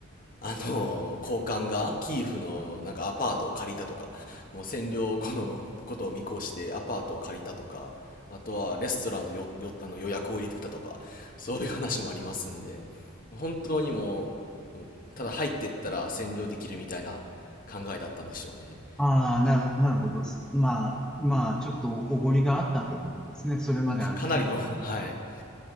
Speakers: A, on the left; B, in the centre.
A: あの、高官がキーフのなんかアパートを借りたとか、もう占領後のことを見越してアパートを借りたとか、あとはレストランのよ、よ、あの予約を入れてたとか、そういう話もありますんで、本当にもう、もうただ入ってったら占領できるみたいな考えだったんでしょうね。
B: ああ、なる、なるほど。すまあ、まあ、ちょっとおごりがあったってことですね。それまで、
A: か、
B: あの、
A: かなりの、
B: ク
A: <laughs> はい、